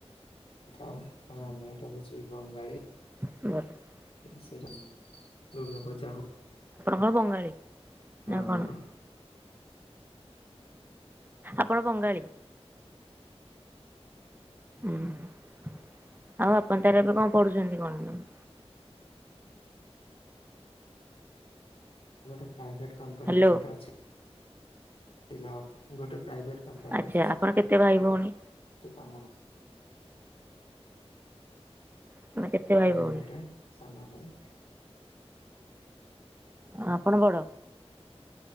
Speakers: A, on the left (about 60°); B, on the right (about 20°).
A: ଥାଉ ଆମେ ଏଇଟା କହୁଉଛି ବଙ୍ଗାଳୀ।
B: <inaudible>
A: ସେଇଟା ଦୁର୍ଗପଜା ହୋ
B: ହଁ ବଙ୍ଗାଳୀ ନା
A: ଆମର
B: କଣ। ଆପଣ ବଙ୍ଗାଳୀ। ଉଁ। ଆଉ ଆପଣ ତାର ଏବେ କଁ ପଢୁଚନ୍ତି କଣ ମ୍ୟାମ୍?
A: ଗୋଟେ ପ୍ରାଇଭେଟ୍ କମ୍ପାନୀର
B: ହ୍ୟାଲୋ
A: ଗୋଟେ ଅଛି। ଏଇ ଜବ୍। ଗୋଟେ ପ୍ରାଇଭେଟ୍ କମ୍ପାନୀରେ
B: ଆଚ୍ଛା
A: ଅଛି ସେ
B: ଆପଣ କେତେ ଭାଇ ଭଉଣୀ
A: ଟି କାମ
B: ତମେ କେତେ
A: ଭାଇ
B: ଭଉଣୀ?
A: ଗୋଟେ ସାନ ଭାଇ।
B: ଆ ଆପଣ ବଡ଼।